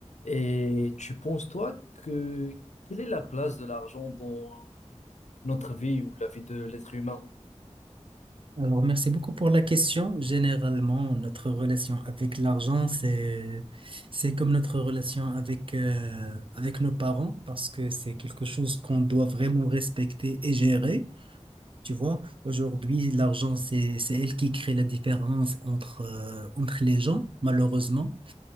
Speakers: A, on the left; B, on the right.
A: Et tu penses, toi, que quelle est la place de l'argent dans notre vie ou la vie de l'être humain?
B: Alors, merci beaucoup pour la question. Généralement, notre relation avec l'argent, c'est, c'est comme notre relation avec, euh, avec nos parents parce que c'est quelque chose qu'on doit vraiment respecter et gérer. Tu vois, aujourd'hui, l'argent, c'est, c'est elle qui crée la différence entre, euh, entre les gens, malheureusement.